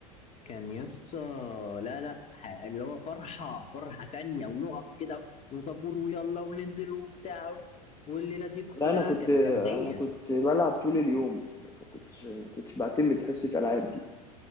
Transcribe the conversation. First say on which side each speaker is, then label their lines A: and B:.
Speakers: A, on the left; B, on the left.
A: كان يا اسطى لا لا ه- اللي هو فرحه فرحه تانية ونقف كده وطابور ويلا وننزل وبتاع والليله دي كلها
B: لا أنا كنت
A: كان كان غير
B: أنا كنت بلعب طول اليوم ما كنتش ما كنتش بعتمد حصة ألعاب دي